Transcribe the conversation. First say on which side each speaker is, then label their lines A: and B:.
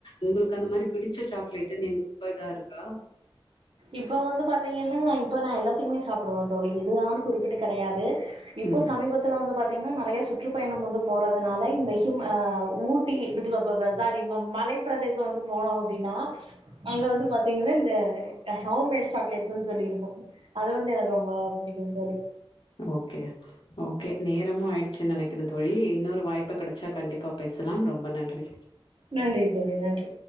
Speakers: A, on the left; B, on the right.
A: உங்களுக்கு அந்த மாரி பிடிச்ச சாக்லேட்டு நின் இப்ப ஏதா இருக்கா
B: இப்ப வந்து பாத்தீங்கன்னா இப்போ நா எல்லாதையுமே சாப் புருவ தோழி இதுதானு குறிப்பிட்டு கெடையாது இப்போ
A: ம்
B: சமீபத்துல வந்து பாத்தீங்கன்னா நெறைய ஸ் சுற்றுப்பயணம் வந்து போறதுனால இந்த ஹிம் ஆ ஊட்டி சாரி ம மலை பிரதேசோ வந்து போனோ அப்டின்னா அங்க வந்து பாத்தீங்கன்னா இந்த ஹோம் மேட் சாக்லேட்ஸ்ன்னு சொல்லி இருக்கு அது வந்து எனக்கு ரொம்ப புடிக்கு தோழி
A: ஓகே ஓகே நேரமும் ஆயிடுச்சுன் நெனைக்கிறே தோழி இன்னொரு வாய்ப்பு கெடச்சா கண்டிப்பா பேசலாம் ரொம்ப நன்றி
B: நன்றி <unintelligible> நன்றி